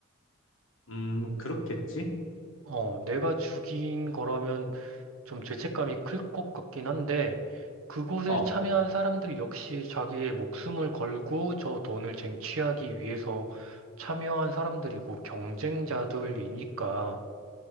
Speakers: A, on the left (about 70°); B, on the right (about 80°).
A: 음, 그렇겠지?
B: 어, 내가 죽인 거라면 좀 죄책감이 클 것 같긴 한데, 그곳에
A: 어,
B: 참여한 사람들 역시 자기의 목숨을 걸고 저 돈을 쟁취하기 위해서 참여한 사람들이고 경쟁자들이니까,